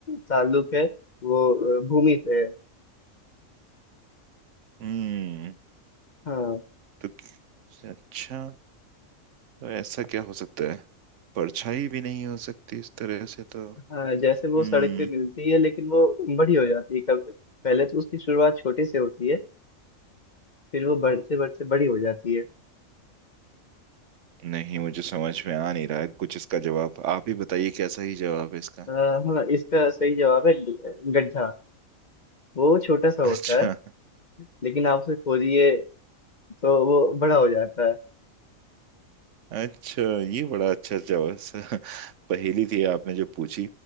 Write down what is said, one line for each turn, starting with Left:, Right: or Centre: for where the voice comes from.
Left: ताल्लुक है वो अ, भूमि से है
Right: हम्म
Left: हाँ
Right: तो अच्छा तो ऐसा क्या हो सकता है परछाई भी नहीं हो सकती इस तरह से तो
Left: हाँ जैसे
Right: हम्म
Left: वो सड़क पे मिलती है लेकिन वो बड़ी हो जाती है कब पहले तो उसकी शुरुआत छोटे से होती है फिर वो बढ़ते बढ़ते बड़ी हो जाती है
Right: नहीं मुझे समझ में आ नहीं रहा है कुछ इसका जवाब आप ही बताइए कैसा ही जवाब है इसका
Left: अ, हाँ इसका सही जवाब है ग- गड्ढा वो छोटा सा होता
Right: अच्छा
Left: है लेकिन आप उसे खोदिए तो वो बड़ा हो जाता है
Right: अच्छा ये बड़ा अच्छा जवाब स- पहेली थी आपने जो पूछी